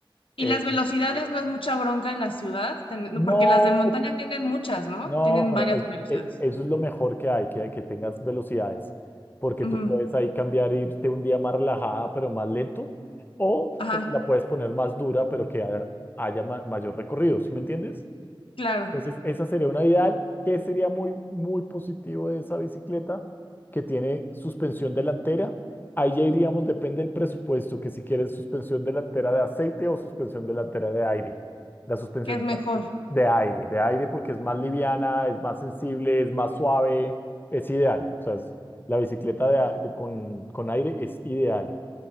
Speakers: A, on the left; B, on the left.
A: Y
B: Eh,
A: las velocidades no es mucha bronca en la ciudad, Ten-
B: no,
A: no, porque las de montaña tienen muchas, ¿no?
B: no,
A: Tienen
B: pero
A: varias velocidades.
B: es- e- eso es lo mejor que hay, que, que tengas velocidades, porque
A: Ujú,
B: tú puedes ahí cambiar, irte un día más relajada, pero más lento, o
A: Ajá,
B: te la puedes poner más dura, pero que haya, haya ma- mayor recorrido, ¿sí me entiendes?
A: claro,
B: Entonces, esa sería una ideal. ¿Qué sería muy, muy positivo de esa bicicleta? Que tiene suspensión delantera. Ahí ya iríamos, depende del presupuesto, que si quieres suspensión delantera de aceite o suspensión delantera de aire. La suspensión
A: que es mejor.
B: de aire, de aire porque es más liviana, es más sensible, es más suave, es ideal. O sea, es- la bicicleta de a- de- con, con aire es ideal,